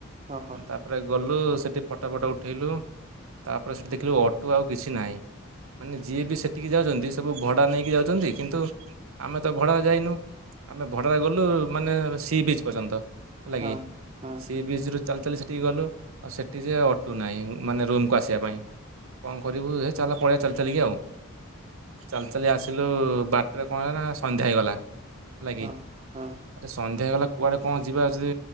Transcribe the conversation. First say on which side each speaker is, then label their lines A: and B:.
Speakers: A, on the right; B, on the right.
A: ଓହୋ ହଁ।
B: ତାପରେ ଗଲୁ ସେଠି ଫଟୋ ଫଟୋ ଉ ଠେଇଲୁ ତାପରେ ସେଠି ଦେଖିଲୁ ଅଟୋ ଆଉ କିଛି ନାଇ। ମାନେ ଯିଏ ବି ସେଠିକି ଯାଉଛନ୍ତି ସବୁ ଭଡ଼ା ନେଇକି ଯାଉଛନ୍ତି କିନ୍ତୁ ଆମେ ତ ଭଡ଼ା ଯାଇନୁ। ଆମେ ଭଡ଼ାରେ ଗଲୁ ମାନେ ସି ବିଚ୍ ପର୍ଯ୍ୟନ୍ତ। ହେଲା
A: ହଁ
B: କିି
A: ହଁ
B: ସି ବିଚ୍ ରୁ ଚାଲି ଚାଲି ସେଠିକ ଗଲୁ। ଆଉ ସେଠି ଯେ ଅ ଟୁ ନାଇଁ ମାନେ ରୁମ୍ କୁ ଆସିଆ ପାଇଁ। କଣ କରିବୁ ହେ ଚାଲ ପଳେଇଆ ଚାଲି ଚାଲିକି ଆଉ। ଚାଲି ଚାଲି ଆସିଲୁ ବାଟରେ କଣ ହେଲା ନା ସନ୍ଧ୍ୟା ହେଇଗଲା ହେଲା କି।
A: ହଁ ହଁ।
B: ଆରେ ସନ୍ଧ୍ୟା ହେଇଗଲା କୁଆଡେ କଣ ଯିବା ଯି